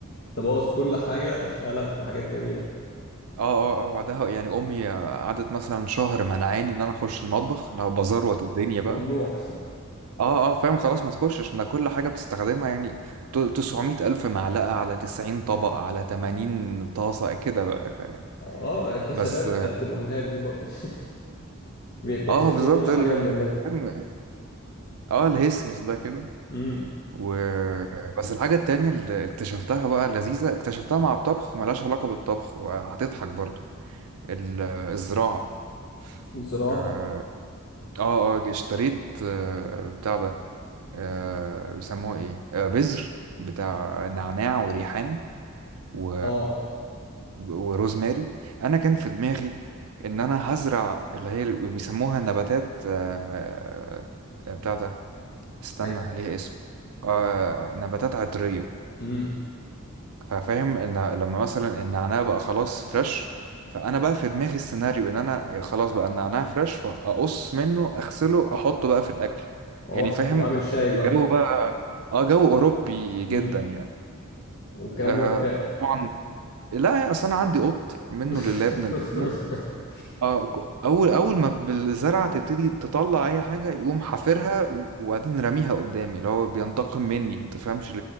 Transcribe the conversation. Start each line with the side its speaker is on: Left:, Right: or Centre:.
Left: تبوظ كل حاجة <laughs> لا بتبقى حاجات جميلة
Right: اه اه اه بعدها يعني امي قعدت مثلا شهر منعاني ان انا اخش المطبخ انا بزروت الدنيا
Left: ممنوع
Right: بقى اه اه فاهم خلاص ما تخش عشان ده كل حاجه بتستخدمها يعني ت- 900 الف معلقه على 90 طبق على 80 طاسه كده بقى فاهم
Left: اه الحسابات
Right: بس
Left: بتاعت الأمهات دي برضه <laughs> بي- بيحسبوا
Right: اه بالظبط
Left: كل
Right: ال-
Left: حاجة
Right: ال-
Left: بنعملها
Right: فاهم؟ اه الهسهس ده كده
Left: امم
Right: و بس الحاجه التانية اللي اكتشفتها بقى لذيذه اكتشفتها مع الطبخ وملهاش علاقه بالطبخ وهتضحك برضو ال- الزراعه
Left: الزراعة
Right: اه اه آه، اشتريت آه، بتاع ده آه بيسموها ايه آه بذر بتاع نعناع وريحان و...
Left: اه
Right: وروزماري انا كان في دماغي ان انا هزرع اللي هي اللي بيسموها نباتات آه آه، بتاع ده استنى
Left: حاجة-
Right: ليها اسم آه نباتات عطرية
Left: امم
Right: ففاهم ان لما مثلا النعناع بقى خلاص فريش فانا بقى في دماغي السيناريو ان انا يا خلاص بقى النعناع فريش فاقص منه اغسله احطه بقى في الاكل
Left: اه
Right: يعني فاهم
Left: وأعمل شاي
Right: جو بقى اه جو اوروبي جدا
Left: بقى
Right: يعني
Left: والكلام
Right: آه
Left: ده ما نفعش
Right: طبعا لا اصل انا عندي قط منه
Left: <laughs>
Right: لله ابن الذين. اه اول اول ما بالزرعه تبتدي تطلع اي حاجه يقوم حافرها وبعدين راميها قدامي اللي هو بينتقم مني ما تفهمش